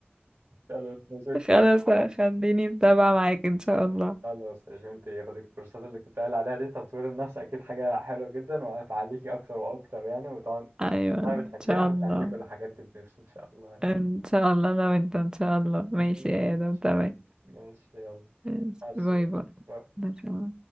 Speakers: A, on the right (about 70°); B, on the right (about 20°).
A: خلاص ماشي انت
B: خلاص خليني متابعة معاك ان شاء الله
A: خلاص ماشي انت خدي الكورسات اللي كنت قايل عليها دي تطوير النفس اكيد حاجه حلوه جدا وهتعليكي اكتر واكتر يعني وطبعا
B: ايوه
A: من شغلها
B: ان
A: بتحبيها
B: شاء
A: وهتعملي
B: الله
A: كل الحاجات دي بنفس ان شاء الله يعني
B: ان شاء الله لو انت ان شاء الله ماشي
A: <laughs>
B: يا ادم تمام
A: ماشي يلا
B: ماشي.
A: مع السلامه
B: باي باي باي.